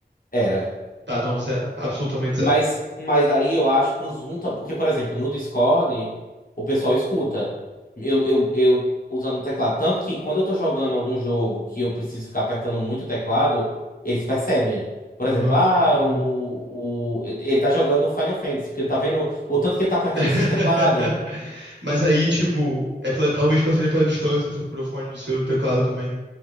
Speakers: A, on the left; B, on the right.
A: Era.
B: Tá, não, zero. Absolutamente
A: Mas,
B: zero.
A: mas aí eu acho que o Zoom tá. Porque, por exemplo, no Discord, o pessoal escuta. Eu, eu, eu usando o teclado. Tanto que quando eu tô jogando algum jogo que eu preciso ficar apertando muito o teclado, eles percebem. Por
B: Aham.
A: exemplo, ah,
B: entendi.
A: o, o, ele tá jogando Final Fantasy, porque ele tá vendo o tanto que ele tá apertando
B: <laughs>
A: esse teclado.
B: Mas aí, tipo, é pela, talvez seja pela distância do seu microfone do seu teclado também.